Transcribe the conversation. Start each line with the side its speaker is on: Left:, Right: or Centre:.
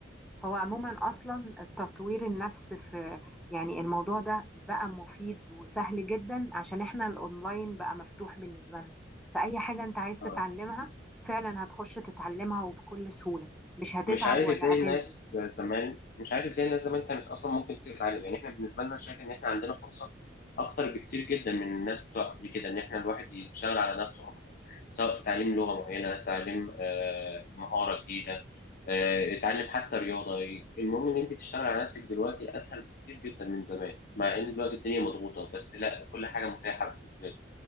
Centre: هو عموما أصلا التطوير النفس في يعني الموضوع ده بقى مفيد وسهل جدا عشان إحنا الأونلاين بقى مفتوح بالنسبة لنا فأي حاجة أنت عايز تتعلمها
Left: اه
Centre: فعلا هتخش تتعلمها وبكل سهولة مش هتتعب
Left: مش عارف
Centre: ولا
Left: ازاي
Centre: هتنزل
Left: الناس زمان مش عارف ازاي الناس زمان كانت اصلا ممكن تتعلم يعني احنا بالنسبه لنا شايف ان احنا عندنا فرصه اكتر بكتير جدا من الناس بتوع قبل كده ان احنا الواحد يشتغل على نفسه اكتر سواء في تعليم لغه معينه تعليم آه، مهاره جديده آه، اتعلم حتى رياضه المهم ان انت تشتغل على نفسك دلوقتي اسهل بكتير جدا من زمان مع ان دلوقتي الدنيا مضغوطه بس لا كل حاجه متاحه بالنسبه لك